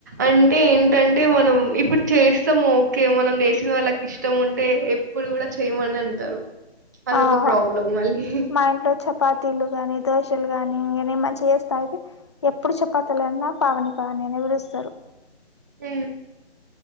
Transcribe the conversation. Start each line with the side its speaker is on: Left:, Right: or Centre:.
Right: అంటే ఏంటంటే మనం ఇప్పుడు చేస్తాము ఓకే మనం చేసిన వాళ్ళకి ఇష్టం ఉంటే. అప్పుడు కూడా చేయ్ మని అంటారు. అదొక
Left: ఆహ
Right: ప్రాబ్లం మళ్ళీ
Left: మా ఇంట్లో చపాతి. ఇడ్లీలు గాని దోశలు గాని ఇగ నేన్ మంచిగ చేస్తా ఐతే. ఎప్పుడు చపాతులన్నా పావని పావని అనే పిలుస్తారు.
Right: ఊ